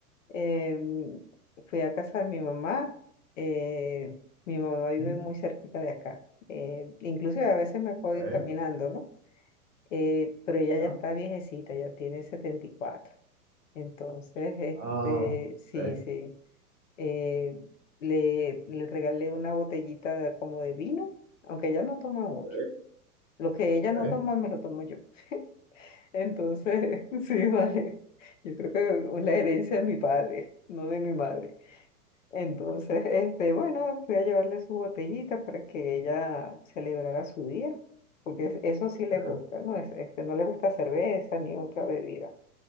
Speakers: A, on the left (about 55°); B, on the right (about 40°).
A: Em, fui a casa de mi mamá. eh, mi mamá vive
B: Mm,
A: muy cerquita de acá. Eh, inclusive a veces me puedo
B: ok,
A: ir caminando, ¿no? Eh, pero ella
B: ya.
A: ya está viejecita, ya tiene 74. Entonces, este,
B: Ah,
A: sí,
B: ok,
A: sí. eh, le, le regalé una botellita de- como de vino, aunque ella no toma
B: ok,
A: mucho. Lo que
B: ok,
A: ella no toma, me lo tomo yo. <laughs> Entonces, <laughs> sí, vale. Yo creo que es la herencia de mi padre, no de mi madre. Entonces, este, bueno, fui a llevarle su botellita para que ella celebrara su día, porque es- eso sí
B: ok,
A: le gusta, ¿no? Es- Este, no le gusta cerveza ni otra bebida.